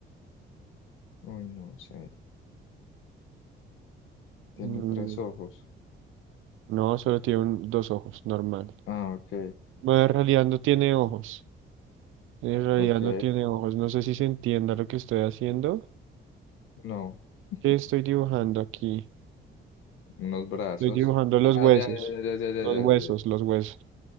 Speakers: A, on the left; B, on the right.
A: Uy, no sé. Tiene
B: mm,
A: tres ojos.
B: no, solo tiene un- dos ojos, normal.
A: Ah, ok.
B: Bueno, en realidad no tiene ojos. En realidad
A: Ok.
B: no tiene ojos. No sé si se entienda lo que estoy haciendo.
A: No. <laughs>
B: ¿Qué estoy dibujando aquí?
A: Unos brazos.
B: Estoy dibujando los
A: Ah,
B: huesos.
A: ya, ya, ya, ya, ya,
B: Los
A: ya,
B: huesos,
A: ya, ya.
B: los huesos.